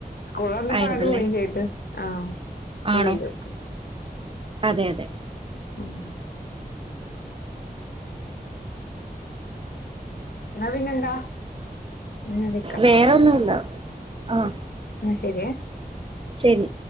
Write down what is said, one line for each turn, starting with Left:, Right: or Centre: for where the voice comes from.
Left: സ്കൂളൊർന്നപ്പോ
Right: ആയിരുന്നല്ലേ
Left: അങ്ങ്ട് പോവിം ചെയ്ത് ആ സ്കൂളില്ലിപ്പൊ
Right: ആണോ അതെ അതെ
Left: ഉം. ന്ന പിന്നെന്താ ഞാൻ വിളിക്കാം
Right: വേറെന്നുല്ല. ആഹ്.
Left: ശെരിയേ
Right: ശരി